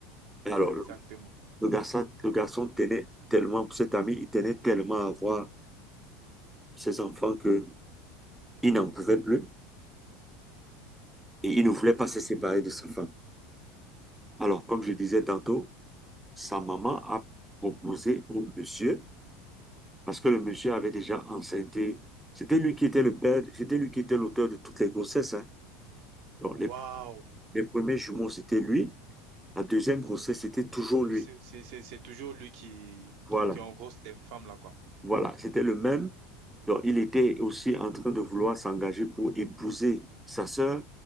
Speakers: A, in the centre; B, on the right.
A: alors,
B: Exactement.
A: le, le garçon, le garçon tenait tellement, cet ami, il tenait tellement à voir ses enfants que il n'en pouvait plus et il ne voulait
B: Mhm.
A: pas se séparer de sa femme. Alors, comme je disais tantôt, sa maman a proposé au monsieur, parce que le monsieur avait déjà enceinté, c'était lui qui était le père, c'était lui qui était l'auteur de toutes les grossesses, hein. Donc,
B: Waouh.
A: Les premiers jumeaux c'était lui. La deuxième grossesse, c'était toujours lui.
B: C'est c'est- c'est- c'est toujours lui qui,
A: Voilà,
B: qui, qui engrosse les femmes, là, quoi.
A: voilà, c'était le même. Donc, il était aussi en train de vouloir s'engager pour épouser sa sœur,